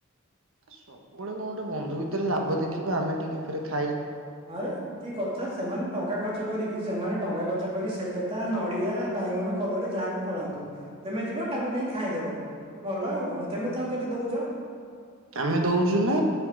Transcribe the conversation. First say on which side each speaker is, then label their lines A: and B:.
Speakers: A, on the right (about 65°); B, on the right (about 25°).
A: ସବୁବେଳେ କଣ ଗୋଟେ ବନ୍ଧୁ ଭିତରେ ଲାଭ ଦେଖିବା ଆମେ ଟିକେ ଫ ଖ।
B: ଆରେ କି କଥା ସେମାନେ ଟଙ୍କା ଖର୍ଚ୍ଚ କରିକି ସେମାନେ ଟଙ୍କା ଖର୍ଚ୍ଚ। କରି ସେପେତା ନଡିଆ ବାଇଗଣ କଦଳୀ ଯାହାବି ପଳାନ୍ତୁ ତମେ ଯିବ ତାକୁ ନେଇ ଖାଇଦବ। ଭଲ ଆଉ କଣ ତମେ ତମକୁ କେତେ ଦଉଛ।
A: ଆମେ ଦଉଛୁ ନା